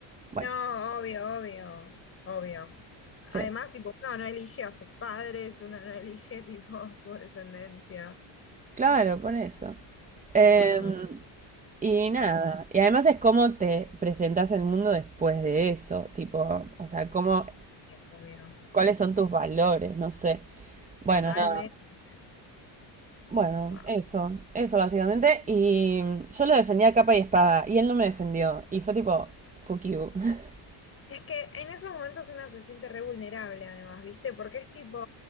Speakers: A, on the right; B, on the left.
A: Bueno,
B: No, obvio, obvio, obvio.
A: sí,
B: Además, tipo, uno no elige a sus padres, uno no elige, <laughs> tipo, su descendencia.
A: claro, por eso. Em,
B: Tipo, no.
A: y nada,
B: Ok,
A: y además es cómo te presentas al mundo después de eso, tipo, o sea, cómo,
B: obvio.
A: cuáles son tus valores, no sé. Bueno,
B: Totalmente.
A: nada, bueno,
B: Wow.
A: eso, eso básicamente. Y yo lo defendía a capa y espada, y él no me defendió, y fue tipo, fuck you. <laughs>
B: Es que en esos momentos una se siente re vulnerable, además, ¿viste? Porque es tipo,